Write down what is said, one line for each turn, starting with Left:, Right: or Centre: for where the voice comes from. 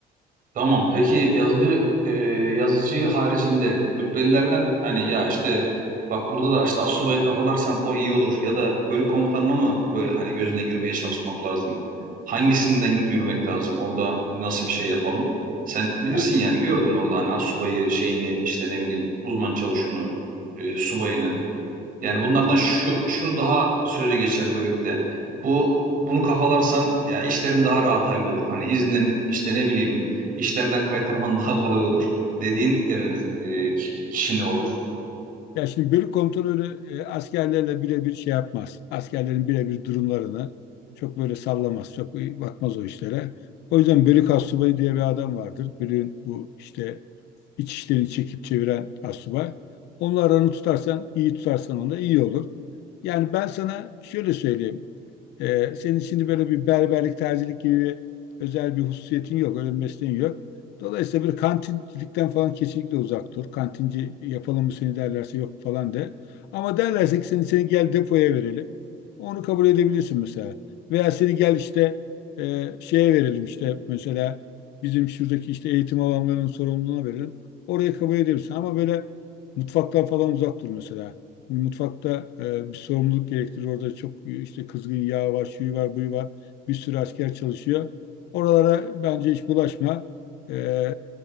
Right: Tamam. Peki yazıcı e, yazıcı haricinde rütbelilerden hani ya işte bak burada da işte astsubayı kafalarsan o iyi olur ya da bölük komutanına mı böyle hani gözüne girmeye çalışmak lazım? Hangisinden yürümek lazım? Orada nasıl bir şey yapalım? Sen bilirsin
Left: Ya
Right: yani gördün orada hani astsubayı şeyini işte ne bileyim uzman çavuşunu e, subayını. Yani bunlardan şu şu daha sözü geçer bölükte. Bu bunu kafalarsan ya işlerin daha rahat hallolur. Hani iznin işte ne bileyim işlerden kaytarman <laughs> daha kolay olur dediğin yerin e, ki- kişi ne olur?
Left: Ya şimdi bölük komutanı öyle e, askerlerle birebir şey yapmaz. Askerlerin birebir durumlarını çok böyle sallamaz. Çok bakmaz o işlere. O yüzden bölük astsubayı diye bir adam vardır. Bölüğün bu işte iç işlerini çekip çeviren astsubay. Onunla aranı tutarsan, iyi tutarsan onda iyi olur. Yani ben sana şöyle söyleyeyim. Ee, senin şimdi böyle bir berberlik, terzilik gibi özel bir hususiyetin yok, öyle bir mesleğin yok. Dolayısıyla bir kantincilikten falan kesinlikle uzak dur. Kantinci yapalım mı seni derlerse yok falan de. Ama derlerse ki seni, seni gel depoya verelim. Onu kabul edebilirsin mesela. Veya seni gel işte e, şeye verelim işte mesela bizim şuradaki işte eğitim alanlarının sorumluluğuna verelim. Oraya kabul edebilirsin. Ama böyle Mutfaktan falan uzak dur mesela. Mutfakta e, bir sorumluluk gerektirir. Orada çok e, işte kızgın yağ var, şuyu var, buyu var. Bir sürü asker çalışıyor. Oralara bence hiç bulaşma. E,